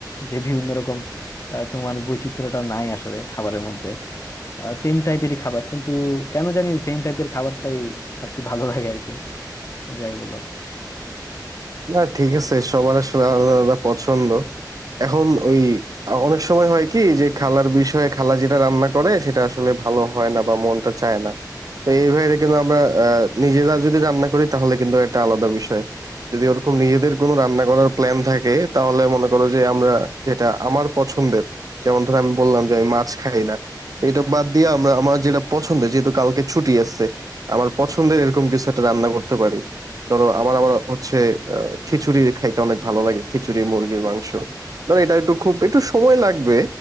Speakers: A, on the left; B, on the right.
A: যে বিভিন্ন রকম আহ, তোমার বৈচিত্র্যটা নাই আসলে খাবারের মধ্যে সেম টাইপেরই খাবার কিন্তু কেন জানি সেম টাইপের খাবারটাই আর কি ভালো লাগে আর কি যাই বলো
B: না ঠিক আছে সবার আসলে আলাদা আলাদা পছন্দ এখন ওই অনেক সময় হয় কি যে খালার বিষয়ে খালা যেটা রান্না করে সেটা আসলে ভালো হয় না বা মনটা চায় না তো এই ভাইরে কিন্তু আমরা আহ, নিজেরা যদি রান্না করি তাহলে কিন্তু এটা আলাদা বিষয় যদি ওরকম নিজেদের কোনো রান্না করার প্ল্যান থাকে তাহলে মনে করো যে আমরা যেটা আমার পছন্দের যেমন ধর আমি বললাম যে আমি মাছ খাই না এটা বাদ দিয়ে আমরা আমার যেটা পছন্দের যেহেতু কালকে ছুটি আছে আমার পছন্দের এরকম কিছু একটা রান্না করতে পারি ধরো আমার আবার হচ্ছে খিচুড়ি খাইতে অনেক ভালো লাগে খিচুড়ি মুরগির মাংস ধরো এটা একটু খুব একটু সময় লাগবে